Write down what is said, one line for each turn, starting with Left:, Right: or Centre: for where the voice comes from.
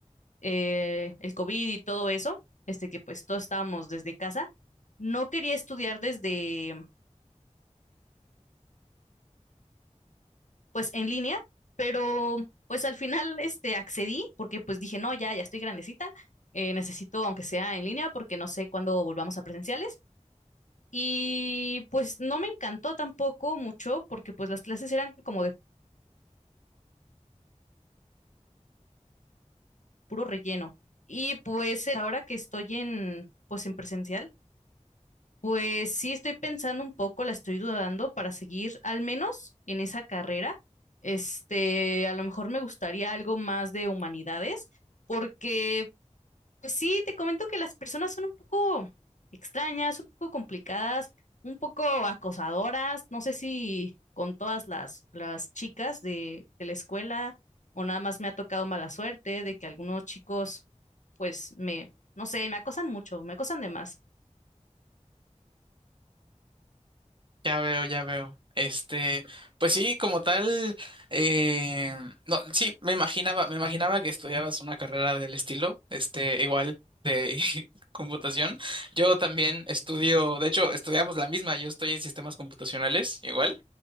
Left: eh, el COVID y todo eso, este que pues todos estábamos desde casa, no quería estudiar desde pues en línea, pero pues al final este accedí porque pues dije, no, ya, ya estoy grandecita, eh, necesito aunque sea en línea porque no sé cuándo volvamos a presenciales. Y pues no me encantó tampoco mucho porque pues las clases eran como de puro relleno. Y pues ahora que estoy en pues en presencial, Pues sí, estoy pensando un poco, la estoy dudando para seguir al menos en esa carrera. Este, a lo mejor me gustaría algo más de humanidades, porque, pues sí, te comento que las personas son un poco extrañas, un poco complicadas, un poco acosadoras. No sé si con todas las, las chicas de, de la escuela o nada más me ha tocado mala suerte de que algunos chicos, pues me, no sé, me acosan mucho, me acosan de más.
Right: Ya veo, ya veo. Este, pues sí, como tal, eh, no, sí, me imaginaba, me imaginaba que estudiabas una carrera del estilo, este, igual de <laughs> computación. Yo también estudio, de hecho, estudiamos la misma, yo estoy en sistemas computacionales, igual.